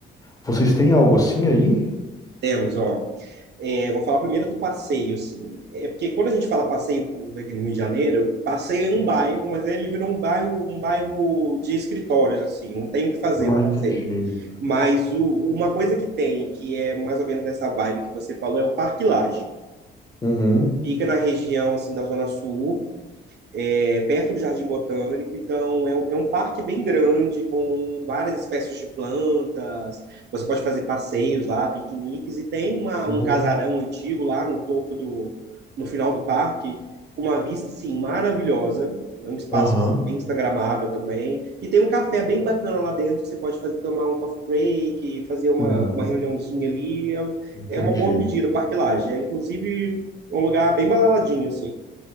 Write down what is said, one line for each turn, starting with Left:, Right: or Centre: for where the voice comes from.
Left: Vocês têm algo assim aí?
Right: Temos, ó. É, vou falar primeiro do passeio, assim. É porque quando a gente fala passeio público aqui no Rio de Janeiro, passeio é um bairro, mas ele virou um bairro, um bairro de escritórios, assim, não tem o que fazer
Left: Ah,
Right: no passeio.
Left: entendi.
Right: Mas o- uma coisa que tem, que é mais ou menos nessa vibe que você falou, é o Parque Lage.
Left: Uhum.
Right: Fica na região, assim, da Zona Sul, é perto do Jardim Botânico, então é um, é um parque bem grande, com várias espécies de plantas. Você pode fazer passeios lá, piqueniques, e tem uma,
Left: Uhum.
Right: um casarão antigo lá no topo do, no final do parque, com uma vista assim, maravilhosa. É um espaço
Left: Aham.
Right: bem instagramável também. E tem um café bem bacana lá dentro que você pode fazer tomar um coffee break, fazer uma,
Left: Uhum.
Right: uma reuniãozinha ali. É, um,
Left: Entendi.
Right: é uma boa pedida o Parque Lage. É inclusive um lugar bem balaladinho, assim.